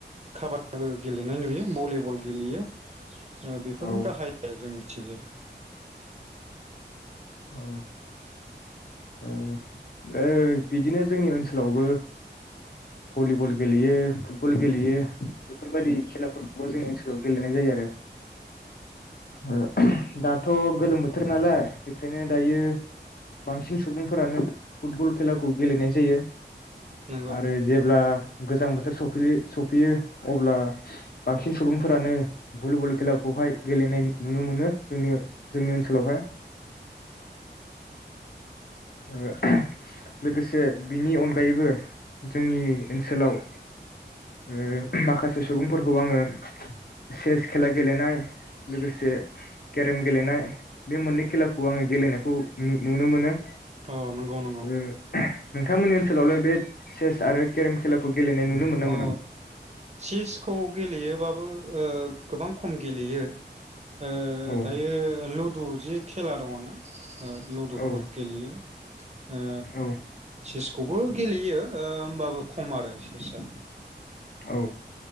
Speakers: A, on the right; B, on the left.
A: काबादिबो गेलेनाय नुयो। भलिबल गेलेयो। ओ बेफोरनो
B: औ
A: गाहाय जोंनि थिजोन
B: औ औ ओ बिदिनो जोंनि ओ ओनसोलावबो भलिबल गेलेयो फुटबल गेलेयो बेफोरबायदि खेलाफोरखौबो जोंनि ओनसोलाव गेलेनाय जायो आरो। ओ दाथ गोलोम बोथोर नालाय बेखायनो दायो बांसिन सुबुंफोरानो फुटबल खेलाखौ गेलेनाय जायो।
A: नंगौ
B: आरो जेब्ला गोजां बोथोर सफैयो सफैयो अब्ला बांसिन सुबुंफोरानो भलिबल खेलाखौहाय गेलेनाय नुनो मोनो जोंनि जोंनि ओनसोलावहाय। ओ लोगोसे बिनि अनगायैबो जोंनि ओनसोलाव ओ माखासे सुबुंफोरखौ आङो चेस खेला गेलेनाय लोगोसे केरेम गेलेनाय बे मोननै खेलाखौ आङो गेलेनायखौ नुनो मोनो।
A: अ नंगौ नंगौ।
B: ओ नोंथांमोननि ओनसोलावलाय बे चेस आरो केरेम खेलाखौ गेलेनाय नुनो मोनो ना मोना
A: अ चिसखौ गेलेयोबाबो ओ गोबां खम गेलेयो। ओ
B: औ
A: दायो लुदु जिख खेला दङना ओ लुदुफोर
B: औ
A: गेलेयो ओ
B: औ
A: चिसखौबो गेलेयो ओमबाबो खम आरो। बेसाद।
B: औ।